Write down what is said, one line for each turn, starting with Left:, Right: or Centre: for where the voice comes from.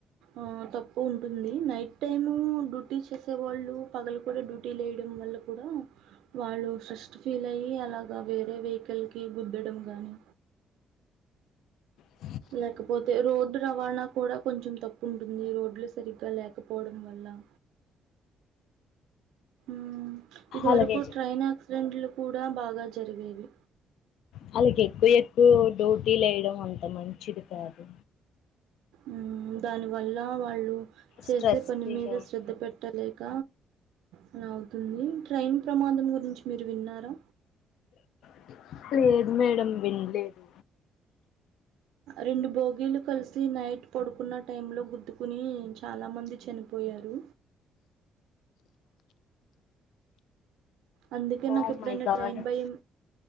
Right: ఆ తప్పు ఉంటుంది నైట్ టైమ్ డ్యూటీ చేసే వాళ్ళు పగలు కూడా డ్యూటీ లేయడం వల్ల కూడా వాళ్ళు స్ట్రెస్ ఫీల్ అయి అలాగా వేరే వెహికల్ క గుద్దడం గానీ
Left: ఆ
Right: లేకపోతే రోడ్డు రవాణా కూడా కొంచెం తప్పు ఉంటుంది రోడ్లు సరిగ్గా లేకపోవడం వల్ల మ్ ఇదివరకు
Left: అలాగే
Right: ట్రైన్ యాక్సిడెంట్లు కూడా బాగా జరిగేవి
Left: వాళ్ళకి ఎక్కువ ఎక్కువ డ్యూటీలు వేయడం అంత మంచిది కాదు
Right: మ్ దాని వల్ల వాళ్ళు చేసే
Left: స్ట్రెస్
Right: పని
Left: ఫీల్
Right: మీద
Left: అవుతు
Right: శ్రద్ధ పెట్ పెట్టలేక అలా అవుతుంది ట్రైన్ ప్రమాదం గురించి మీరు విన్నారా
Left: <unintelligible> లేదు మేడం వినలేదు
Right: రెండు బోగిలు కలిసి నైట్ పడుకున్న టైం లో గుద్దుకుని చాలామంది చనిపోయారు అందుకే నాకు
Left: ఓ
Right: ఎప్పుడైనా
Left: మై గాడ్
Right: ట్రైన్ భయం